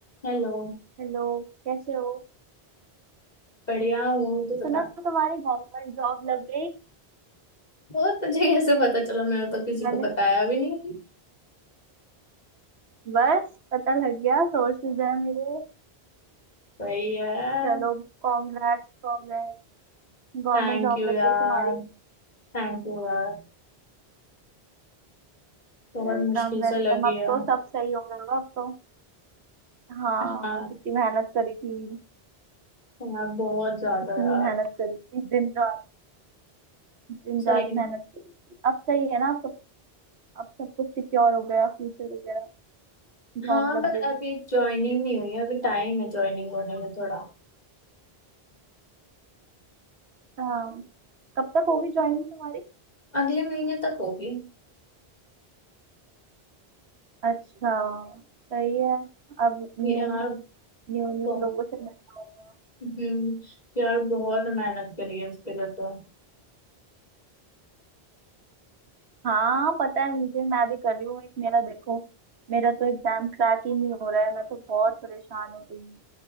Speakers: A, on the left; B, on the right.
A: Hello
B: Hello कैसे हो
A: बढ़िया हूँ तू
B: सुना
A: बता
B: तुम्हारी गवर्नमेंट जॉब लग गई
A: वो तुझे कैसे पता चला मैंने तो किसी
B: मैंने
A: को बताया भी नहीं
B: बस पता लग गया सोर्सेज है मेरे
A: सही है
B: चलो कॉन्ग्रेट्स कॉन्ग्रेट्स गवर्नमेंट
A: थैंक
B: जॉब
A: यू यार
B: लग गई तुम्हारी
A: थैंक यू यार बहुत
B: वेलकम
A: मुश्किल
B: वेलकम
A: से लगी
B: अब
A: है
B: तो सब सही हो गया होगा अब तो हाँ
A: हाँ
B: कितनी मेहनत करी थी
A: यार बहुत ज्यादा
B: कितनी
A: यार
B: मेहनत करी थी दिन रात दिन
A: सही
B: रात
A: में।
B: मेहनत करी थी अब सही है ना अब सब अब सब कुछ सिक्योर हो गया फ्यूचर वगैरह जॉब
A: हाँ
B: लग
A: पर
B: गई
A: अभी ज्वाइनिंग नहीं हुई है अभी
B: तो,
A: टाइम है ज्वाइनिंग होने में थोड़ा
B: हाँ कब तक होगी ज्वाइनिंग तुम्हारी
A: अगले महीने तक होगी
B: अच्छा सही है अब न्यू
A: यार
B: न्यू न्यू
A: बहुत
B: लोगों से मिलना होगा
A: हम्म, यार बहुत मेहनत करी है इसके लिए तो
B: हाँ पता है मुझे मैं भी कर रही हूँ एक मेरा देखो मेरा तो एग्जाम क्रैक ही नहीं हो रहा है मैं तो बहुत परेशान हो गई हूँ